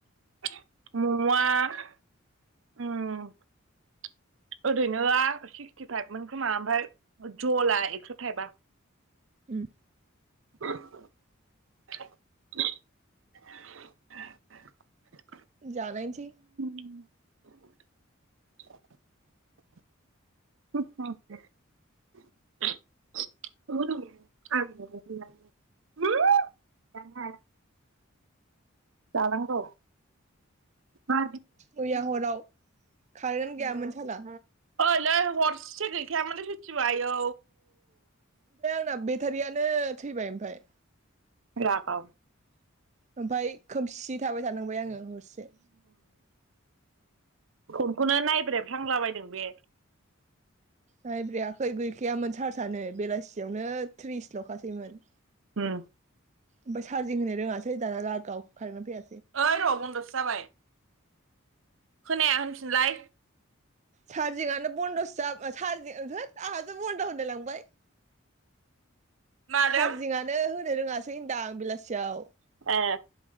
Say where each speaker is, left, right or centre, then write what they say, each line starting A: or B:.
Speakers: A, on the right; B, on the right.
A: ममया उम ओरैनो आ सिक्सटि फाइभमोन खोमा ओमफ्राय जला एक्स थाइबा
B: उम
A: <unintelligible>
B: जानायसै
A: उम <inaudible> <unintelligible> जानांगौ मा
B: मैया हराव खारें गैयामोन साला
A: ओइलै हरसे गैखायामोनलाय सयथिबो आयौ
B: जोंना बेटारियानो थैबाय ओमफ्राय
A: लागाव
B: ओमफाय खोमसि थाबाय थानांबाय आङो हरसे
A: फनखौनो नायब्रे फालांबायदो बे
B: नायब्रेयाखै गैखायामोन सारसआनो बेलासियावनो थ्रिस लखासैमोन
A: उम
B: ओमफ्राय चार्जिं होनो रोङासै दाना ला गा <unintelligible> खाय ना बेै
A: ओइ र बनदसो जाबाय खोनाया होनफिनलाय
B: चार्जिंयानो बन्दसो जा सारजिं थोथ आंहासो बन्द होनलाय लांबाय
A: मादों
B: चार्जिंयानो होनो रोङा है होनदां बेलासियाव
A: ए